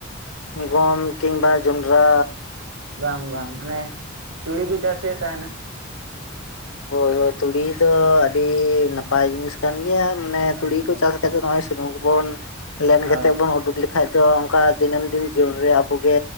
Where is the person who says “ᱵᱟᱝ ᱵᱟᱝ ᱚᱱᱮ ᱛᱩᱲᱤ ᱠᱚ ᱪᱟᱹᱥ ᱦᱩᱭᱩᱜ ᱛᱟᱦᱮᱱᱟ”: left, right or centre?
Right